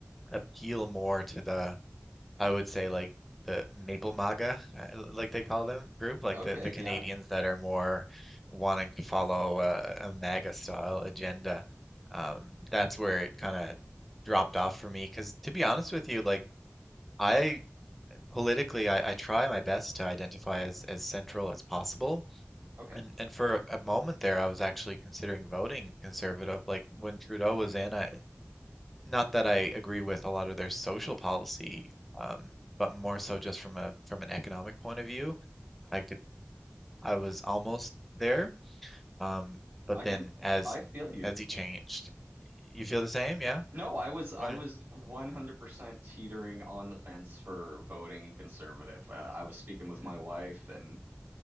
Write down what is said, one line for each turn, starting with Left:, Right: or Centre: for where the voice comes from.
Centre: appeal more to the I would say like the Maple MAGA, uh, like they call them, group, like
Right: Okay,
Centre: the, the Canadians
Right: yeah,
Centre: that are more wanting to follow uh, a MAGA style agenda. Um, that's where it kind of dropped off for me. Because to be honest with you, like I politically, I, I try my best to identify as, as central as possible.
Right: okay.
Centre: And and for a moment there, I was actually considering voting conservative. Like when Trudeau was in, I not that I agree with a lot of their social policy, um, but more so just from a from an economic point of view. I could I was almost there, um, but
Right: I
Centre: then
Right: can,
Centre: as
Right: I feel you.
Centre: as he changed, you feel the same, yeah?
Right: No, I was, I
Centre: Right.
Right: was 100% teetering on the fence for voting conservative. Uh, I was speaking with
Centre: Mm,
Right: my wife, and